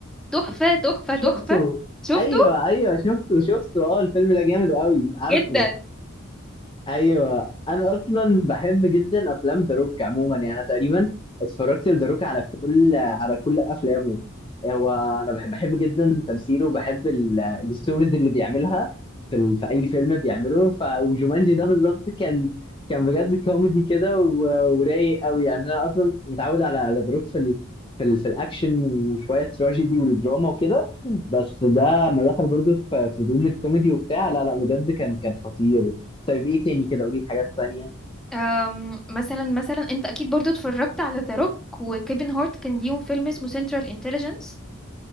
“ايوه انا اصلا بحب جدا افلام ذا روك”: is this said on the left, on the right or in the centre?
Left